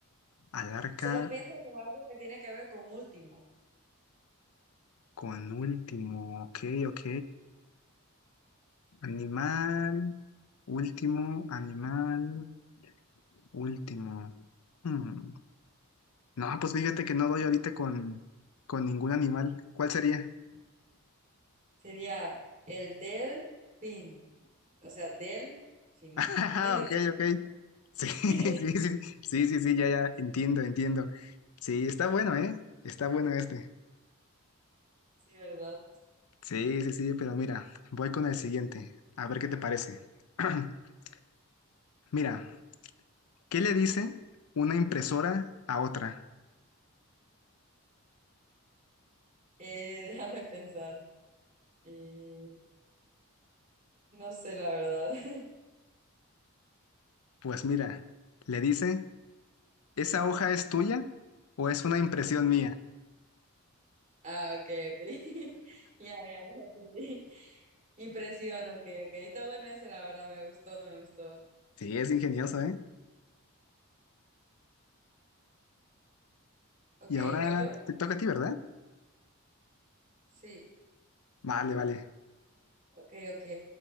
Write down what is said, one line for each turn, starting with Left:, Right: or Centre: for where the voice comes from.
Left: Al arca
Right: Solo piensa con algo que tiene que ver con último.
Left: con último. Ok, ok. Animal, último, animal, último. Hmm. No, pues fíjate que no doy ahorita con, con ningún animal. ¿Cuál sería? <laughs>
Right: Sería el del fin. O sea, del fin,
Left: Ah,
Right: fin de
Left: Ok,
Right: final.
Left: ok. Sí, <laughs> sí,
Right: <laughs>
Left: sí, sí, sí, sí, ya, ya, entiendo, entiendo. Sí, está bueno, ¿eh? Está bueno este.
Right: Sí, ¿verdad?
Left: Sí, sí, sí, pero mira, voy con el siguiente, a ver qué te parece. <clears throat> Mira, ¿qué le dice una impresora a otra?
Right: Eh, <laughs> déjame pensar. Eh, no sé, la verdad. <laughs>
Left: Pues mira, le dice, ¿esa hoja es tuya o es una impresión mía?
Right: Ah, ok, ok. <laughs> Ya, ya, ya, sí, sí. Impresión, ok, ok. Está bueno ese, la verdad, me gustó, me gustó.
Left: Sí, es ingenioso, ¿eh?
Right: Ok,
Left: Y ahora
Right: ¿voy yo?
Left: te toca a ti, ¿verdad?
Right: Sí,
Left: Vale, vale.
Right: ok, ok.